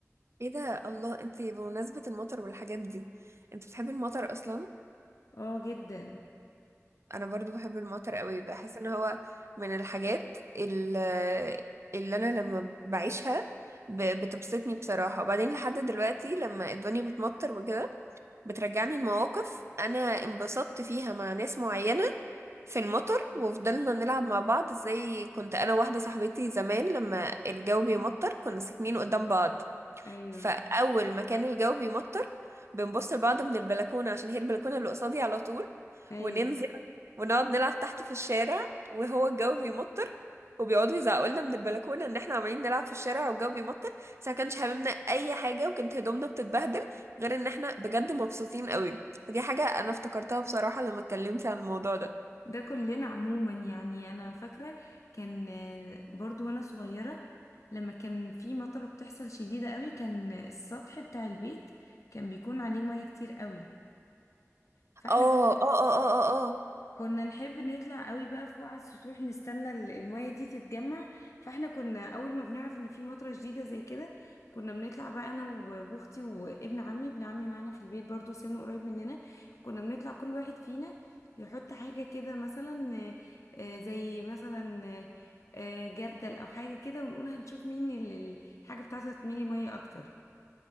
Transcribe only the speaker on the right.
ايه ده الله انتي بمناسبة المطر والحاجات دي انت بتحبي المطر اصلا
انا برضو بحب المطر قوي بحس ان هو من الحاجات ال- اللي انا لما بعيشها ب- بتبسطني بصراحة وبعدين لحد دلوقتي لما الدنيا بتمطر وكده بترجعني لمواقف انا انبسطت فيها مع ناس معينة في المطر وفضلنا نلعب مع بعض زي كنت انا واحدة صاحبتي زمان لما الجو بيمطر كنا ساكنين قدام بعض
فاول ما كان الجو بيمطر بنبص لبعض من البلكونه عشان هي البلكونه اللي قصادي على طول
وننزل ونقعد نلعب تحت في الشارع وهو الجو بيمطر وبيقعدوا يزعقوا لنا من البلكونه ان احنا عمالين نلعب في الشارع والجو بيمطر بس ما كانش هاممنا اي حاجه وكانت هدومنا بتتبهدل غير ان احنا بجد مبسوطين قوي فدي حاجه انا افتكرتها بصراحه لما اتكلمتي عن الموضوع ده
اه اه اه اه اه آه.